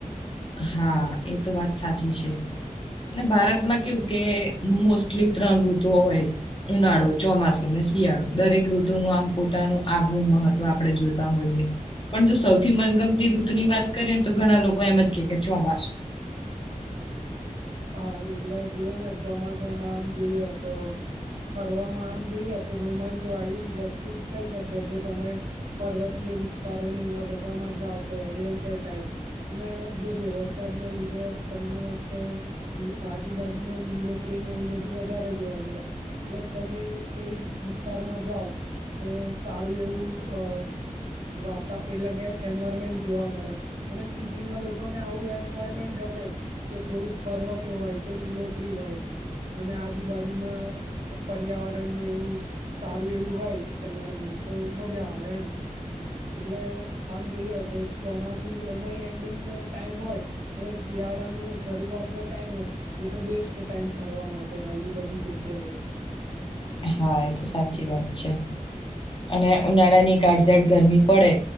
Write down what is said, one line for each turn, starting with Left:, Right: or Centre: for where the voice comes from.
Left: હા એ તો વાત સાચી છે. ને ભારતમાં કેવું કે મોસ્ટલી ત્રણ ઋતુ હોય. ઉનાળો ચોમાસું ને શિયાળો દરેક ઋતુનું આમ પોતાનું આગવું મહત્વ આપણે જોતા હોઈએ. પણ જો સૌથી મનગમતી ઋતુ ની કરીએ તો ઘણા લોકો એમ કે ચોમાસુ.
Right: હા એટલે જુઓ ને ચોમાસામાં આમ જોઈએ તો ફરવામાં આમ જોઈએ તો રોમાંચ વાળી વસ્તુ જ થઈ શકે જો તમે પર્વતીય વિસ્તારો ને એવા બધામાં જ આવતો એડવેન્ચર ટાઈપ અને જો જો વરસાદ ના લીધે તમને એક તો આજુબાજુમાં લીલોતરી ને એવું બધું વધારે જોવા મળે એટલે તમે કોઈ વિસ્તારમાં જાઓ તો સારું એવું અ વાતા એટલે કે એન્વાયરમેન્ટ જોવા મળે. અને સિટી ના લોકોને આવું એન્વાયરમેન્ટ ગમે કે થોડુંક પર્વતો હોય કે લીલોત્રી હોય અને આજુબાજુમાં પર્યાવરણનું એવું સારું એવું હોય એન્વાયરમેન્ટ તો મજા આવે એમ એટલે આમ જોઈએ તો ચોમાસું એમાંય એન્ડિંગ ન ટાઈમ હોય અને શિયાળાની શરૂઆત નો ટાઈમ હોય એ તો બેસ્ટ ટાઈમ ફરવા માટે આવી બધી જગ્યાઓ એ
Left: હા એ તો સાચી વાત છે અને ઉનાળાની કાળઝાટ ગરમી પડે